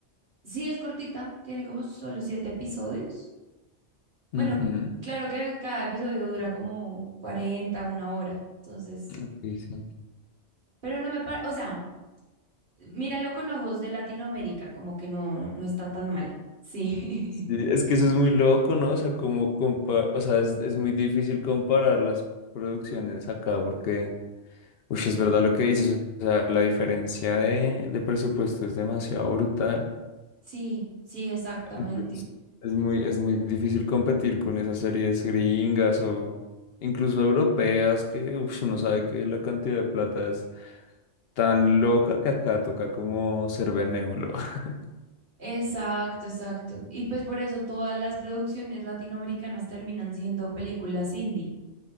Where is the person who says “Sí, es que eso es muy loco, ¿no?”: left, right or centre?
Left